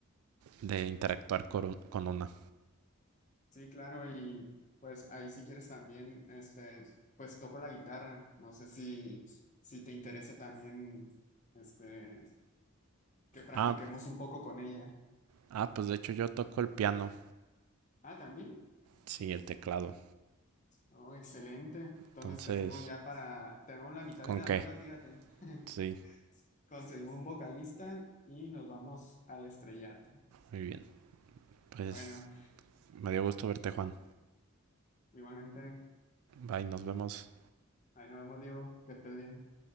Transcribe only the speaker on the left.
Sí, claro, y pues ahí si quieres también, este, pues toco la guitarra. No sé si, si te interesa también, este, que practiquemos
un poco con ella.
Ah, también.
Oh, excelente. Entonces
tenemos ya para, tenemos la mitad
de una
banda, fíjate. <laughs>
Conseguimos un vocalista y nos vamos al estrellato.
Bueno,
igualmente,
ahí nos vemos, Diego, que estés bien.